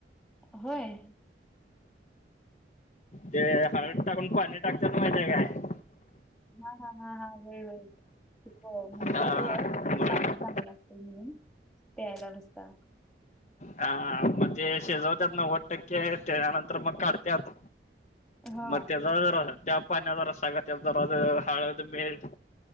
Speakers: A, in the centre; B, on the left.
A: होय?
B: ते हळद टाकून पाणी टाकत्यात माहिती आहे काय?
A: हा हा हा व्हय व्हय ते म्हणत्यात.
B: हा
A: ते
B: मग
A: पाणी चांगलं असत म्हणून प्यायला नुसता.
B: हा हा म्हणजे शिजवत्यात नव्वद टक्के त्यानंतर मग काढत्यात.
A: हा
B: मग त्याचजा राह त्या पाण्याचा रस्सा करत्यात जारास हळद मीठ